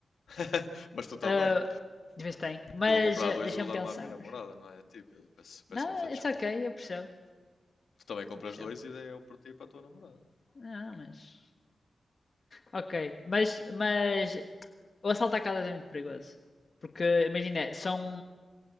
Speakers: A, on the left; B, on the left.
A: <laughs> Mas tu também.
B: Ah, de vez tem. Mas
A: Porque eu vou comprar
B: ah,
A: dois
B: deixa-me
A: e vou dar
B: pensar.
A: um à minha namorada, não é? Tipo, eu peço, peço
B: Não,
A: imensa desculpa.
B: it's ok, eu percebo.
A: Tu também compras
B: Eu percebo.
A: dois e dei um para ti e para a tua namorada.
B: Não, mas. Ok. Mas, mas o assalto à casa é muito perigoso. Porque, imagina, são